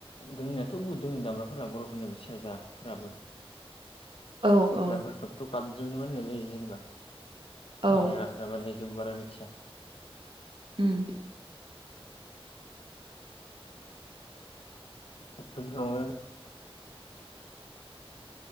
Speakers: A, on the left (about 65°); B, on the right (about 55°).
A: दोंनायाथ' बुहुत दङ दामग्राफोरा बर'फोरनि सेर्जाफोराबो।
B: <inaudible>
A: सेर्जाफोरखौबोथ'
B: औ
A: गाबजोनो बानायनाय जायो जेनेबा
B: औ
A: बानायग्रा जोंबो बारा मिथिया।
B: उम।
A: बैफोरावनो